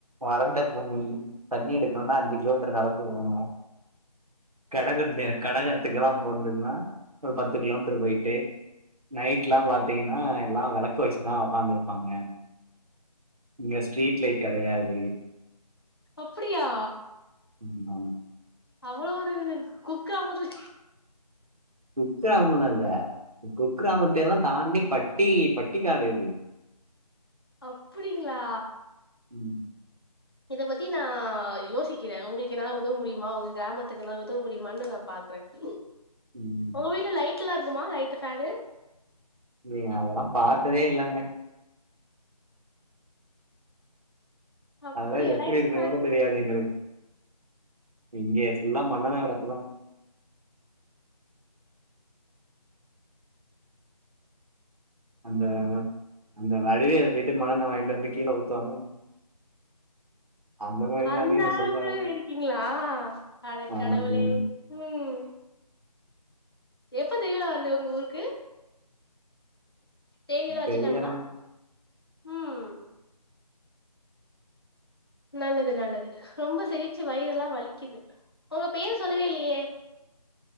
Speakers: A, on the right; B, on the left.
A: வறண்ட பூமி தண்ணி எடுக்கணுன்னா அஞ்சு கிலோமீட்டர் நடந்து போணு கட கண்ணி கடகாத்துக்கெல்லா போண்துகன்னா ஒரு பத் பத்து கிலோமீட்டர் பொயிட்டு நைட்லா பாத்தீங்கன்னா எல்லா வெளக்கு வச்சுதா உக்காந்துரு ப்பாங்க இங்க ஸ்ட்ரீட் லைட் கெடையாது
B: அப்புடியா
A: ம்
B: அவ்ளோ ஒரு குக் கிராமத்து
A: குக் கிராமல்லா இல்ல குக்கிராமத்தெல்லா தாண்டி பட்டி பட்டி காடு இது
B: அப்புடிங்ளா
A: ம்
B: இத பத்தி நா யோசிக்கிறே உங்களுக்கு என்னால உதவ முடியுமா உங்க கிராமத்துக்கு என்னால உதவ முடியுமான்னு நா பாக்றே றே
A: ம்
B: உங்க வீட்டுல லைட்ல்லா இருக்குமா லைட்டு ஃபேனு
A: நீங்க அதெல்லா பாத்ததே இல்லங்க
B: அப்டியா
A: அதல்லா எப்புடி
B: லைட்டு
A: இருக்குணு
B: ஃபேன்
A: கூட தெரியாது எங்களுக்கு இங்க எல்லா மண்ணென்ன வெளக்கு தா அந்த அந்த வடிவேல் போயிட்டு மண்ணெண்ண வாங்கிட்டு வந்து கீழ ஊத்துவாங்க அந்த மாரிதாங்க
B: அந்த
A: இங்க
B: அளவுக்கு
A: ஃபுல்லாவே
B: இருக்கீங்களா அட
A: ஆமா
B: கடவுளே ம் எப்ப திருவிழா வருது உங்க ஊருக்கு தேதியெல்லா வச்சுட்டாங்களா
A: தெரியலங்க
B: ம் நல்லது நல்லது ரொம்ப சிரிச்சு வயிரெல்லா வலிக்கிது உங்க பேரு சொல்லுவே இல்லேயே